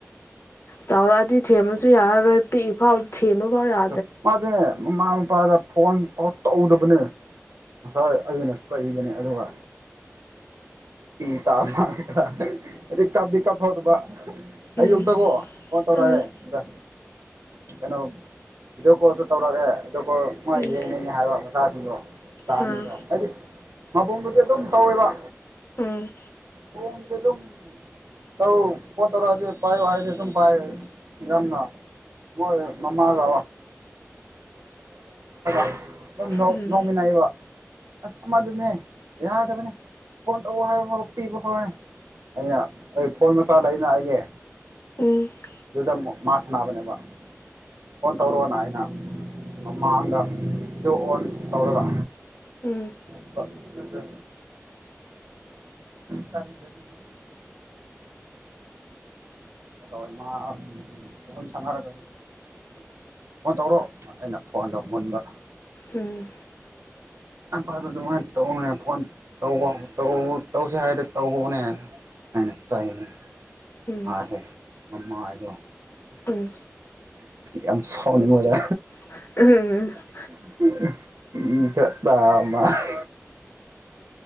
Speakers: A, on the left (about 50°); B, on the right (about 70°).
A: ꯆꯥꯎꯔꯛꯑꯗꯤ ꯊꯦꯝꯃꯁꯨ ꯌꯥꯔꯔꯣꯏ ꯄꯤꯛꯏꯐꯥꯎ ꯊꯦꯝꯕ ꯐꯥꯎ ꯌꯥ
B: ꯆꯞ ꯃꯥꯗꯤꯅꯦ ꯃꯃꯥ ꯃꯄꯥꯗ ꯐꯣꯟ ꯐꯥꯎ ꯇꯧꯗꯕꯅꯦ ꯉꯁꯥꯏ ꯑꯩꯅ ꯆꯩꯕꯅꯦ ꯑꯗꯨꯒ ꯄꯤꯇꯥ ꯃꯥꯜꯂꯦ ꯑꯗꯥ ꯑꯗꯩ ꯀꯥꯞꯇꯤ ꯀꯥꯞꯊꯣꯛꯇꯥꯕ
A: ꯎꯝ
B: ꯑꯌꯨꯛꯇꯥꯀꯣ ꯐꯣꯟ ꯇꯧꯔꯥꯛꯑꯦ
A: ꯎꯝ
B: ꯑꯗꯥ ꯀꯩꯅꯣ ꯕꯤꯗꯤꯌꯣ ꯀꯣꯜꯁꯨ ꯇꯧꯔꯛꯑꯦ ꯑꯗꯨ ꯀꯣ ꯃꯣꯏ
A: ꯎꯝ
B: ꯌꯦꯡꯅꯤꯡꯉꯦ ꯍꯥꯏꯕ ꯃꯆꯥꯁꯤꯡꯗꯣ ꯃꯆꯥ
A: ꯑꯥ
B: ꯑꯅꯤꯗꯣ ꯍꯥꯏꯗꯤ ꯃꯕꯨꯡꯗꯨꯗꯤ ꯑꯗꯨꯝ ꯇꯧꯋꯦꯕ꯫
A: ꯎꯝ꯫
B: ꯃꫭꯡꯗꯥ ꯑꯗꯨꯝ ꯇꯧ ꯐꯣꯟ ꯇꯧꯔꯛꯑꯥꯗꯤ ꯄꯥꯏꯌꯨ ꯍꯥꯏꯗꯤ ꯑꯗꯨꯨꯝ ꯄꯥꯏ ꯌꯥꯝꯅ ꯃꯣꯏ ꯃꯃꯥꯒ <unintelligible> ꯑꯗꯨꯝ ꯅꫭꯛ
A: ꯎꯝ
B: ꯅꯣꯛꯃꯤꯟꯅꯩꯕ ꯑꯁ ꯑꯃꯥꯗꯨꯅꯦ ꯌꯥꯗꯕꯅꯦ꯫ ꯐꯣꯟ ꯇꯧ ꯍꯥꯏꯕ ꯐꯥꯎꯕ ꯄꯤꯕ ꯐꯥꯎꯅꯦ ꯑꯩꯅ ꯐꯣꯟ ꯃꯆꯥ ꯂꯩꯅ ꯑꯩꯒꯤ
A: ꯎꯝ ꯎꯝ
B: ꯑꯗꯨꯗꯥ ꯃꯨꯛ ꯃꯥ ꯁꯥꯟꯅꯕꯅꯦꯕꯥ ꯐꫭꯟ ꯇꯧꯔꯛ ꯑꫭꯅ ꯑꯩꯅ ꯃꯃꯥꯡꯗꯥ ꯕꯤꯗꯤꯌꯣ ꯑꯣꯟ ꯇꯧꯔꯛꯒꯥ
A: ꯎꯝ꯫
B: <unintelligible> ꯑꯗꯨꯗꯥ ꯀꯔꯤ ꯒꯥꯔꯤꯅꫭ ꯇꯧꯋꯦ ꯃꯥ ꯎꯝ ꯐꯣꯟ ꯁꯥꯟꯅꯔꯥꯒ ꯑꯩꯅ ꯐꯣꯟ ꯇꯧꯔꯣ ꯑꯩꯅ ꯐꯣꯟꯗꯣ ꯃꯨꯟꯕ
A: ꯎꯝ꯫
B: ꯑꯟꯄꯥꯗ ꯑꯗꯨꯃꯥꯏꯅ ꯇꯧꯅꯨꯅꯦ ꯐꯣꯟ ꯇꯧꯋꯦ ꯇꯧ ꯇꯧꯁꯦ ꯍꯥꯏꯗꯤ ꯇꯧꯋꯦꯅꯦ ꯑꯩꯅ ꯆꯩꯕ
A: ꯎꯝ
B: ꯃꯥꯁꯦ ꯃꯃꯥꯏꯗꯣ
A: ꯎꯝ ꯎꯝ
B: ꯌꯥꯝ ꯁꯣꯟꯕꯥꯗ
A: <inaudible>
B: <unintelligible>